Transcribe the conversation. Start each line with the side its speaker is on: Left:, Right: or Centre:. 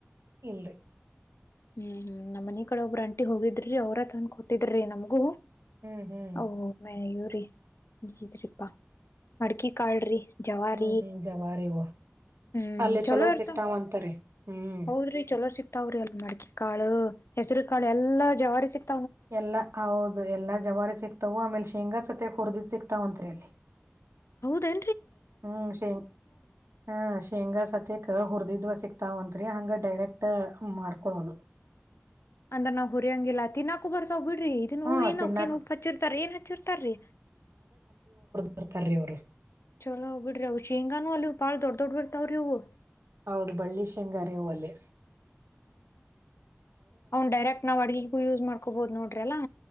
Right: ಇಲ್ರಿ
Left: ಹ್ಮ್ ಹ್ಮ್ ನಮ್ಮ ಮನ ಕಡೆ ಒಬ್ಬ್ರ ಅಂಟಿ ಹೋಗಿದ್ರಿ ಅವ್ರ ತಂದ ಕೊಟ್ಟಿದ್ರೀಮಗೂ
Right: ಹ್ಮ್ ಹ್ಮ್
Left: ಓ ಮಯ್ಯೂ್ರೀ ತ್್ಪ್ಪ ಅಡ್ಕಿ ಕಾಳ್ರಿ ಜವಾರ
Right: ಹ್ಮ್ ಹ್ಮ್ ಜವಾರಿವು
Left: ಹ್ಮ್
Right: ಅಲ್ಲಿ
Left: ಚಲೋ ಇರ್ತ
Right: ಸಿಕ್ತಾವಂತರಿ ಹ್ಮ್
Left: ಹೌದ್ರಿ ಚಲೋ ಸಿಕ್ತಾವ್ರಿ ಅಲ್ ಮಡಕೆ ಕಾಳು ಹೆಸರು ಕಾಳು ಎಲ್ಲಾ ಜವಾರಿ ಸಿಕ್ತ
Right: ಎಲ್ಲ ಹೌದು ಎಲ್ಲಾ ಜವಾರಿ ಸಿಕ್ತವು ಆಮೇಲೆ ಶೇಂಗಾ ಸತ್ತ ಹುರಿದಿದ್ ಸಿಕ್ತಾವ ಅಂತ್ರಿ ಅಲ್ಲಿ
Left: ಹೌದೇ
Right: ಹ್ಮ್ ಶೇಂಗ ಹ್ಮ್ ಶೇಂಗಾ ಸತ್ಯ ಕ ಹುರ್ ್ವ ಸಿಕ್ತಾವಂತ್ರಿ ಹಂಗ ಡೈರೆಕ್ಟ್ ಮಾಡ್ಕೊಳೋದು
Left: ಅಂದ್ರ ನಾವುುರಿಯಂಗಿಲ್ಲ ತಿಿನಾಕು ಬರ್ತಾವ್ ಬಿಟ್ಟ ೀ ಇದನ್
Right: ಹ್ಮ
Left: ಹೂ ಏನಕ್ಕಏನ್
Right: ತಿನ್ನಾಕ್
Left: ಉೂಪ್ಪ ಹಚ್ಚಿರ್ತಾರ ಏನ್ ಹಚ್ಚಿರ್ತಾರೀ
Right: ಬರ್ತರ ಅವರು
Left: ಚಲೋ ಹೋಗ್ ಬಿಡ್ರಿ ಹವುಷ ಹಂಗಾನನು ಅಲ್ಲಿ ಬಾಳ ದೊಡ್ ದೊಡ್ ಬಿರ್ತಾವ್ರೀ ಅವು
Right: ಹೌದು ಬಳ್ಳಿ ಶೇಂಗಾರ ಹ ಅಲೆ
Left: ಅವನ್ ಡೈರೆಕ್ಟ್ ನಾವ್ ಅಡ್ಗಗೂ ಯೂಸ್ ಮಾಡ್ಕೊಬೋದು್ ನೋಡ್ರಿ ಅಲ್ಲಾ